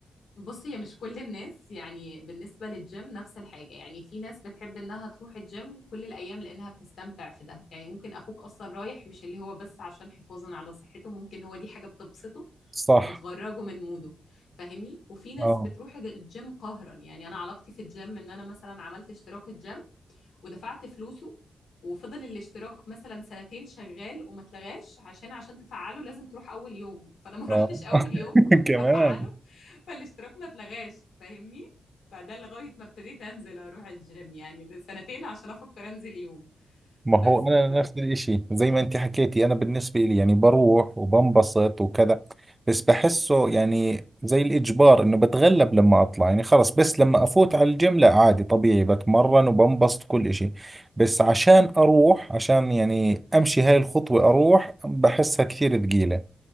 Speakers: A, on the left; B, on the right.
A: بص هي مش كل الناس يعني بالنسبة للجيم نفس الحاجة يعني في ناس بتحب انها تروح الجيم كل الأيام لأنها بتستمتع في ده يعني ممكن أخوك أصلا رايح مش اللي هو بس عشان حفاظا على صحته ممكن هو دي حاجة بتبسطه
B: صح
A: وبتخرجه من موده فاهمني وفي ناس
B: اه
A: بتروح الج- الجيم قهرا يعني أنا علاقتي في الجيم إن أنا مثلا عملت اشتراك الجيم ودفعت فلوسه وفضل الاشتراك مثلا سنتين شغال وما اتلغاش عشان عشان تفعله لازم تروح اول يوم فانا ما روحتش
B: اه
A: اول
B: <laughs>
A: يوم <laughs>
B: كمان
A: افعله فالاشتراك ما اتلغاش فاهمني فده لغايه ما ابتديت انزل اروح الجيم يعني سنتين عشان افكر انزل يوم
B: ما
A: بس
B: هو انا نفس الاشي زي ما انت حكيتي انا بالنسبة لي يعني بروح وبنبسط وكذا بس بحسه يعني زي الاجبار انه بتغلب لما اطلع يعني خلص بس لما افوت على الجيم لا عادي طبيعي بتمرن وبنبسط كل اشي بس عشان اروح عشان يعني امشي هاي الخطوة اروح بحسها كثير ثقيلة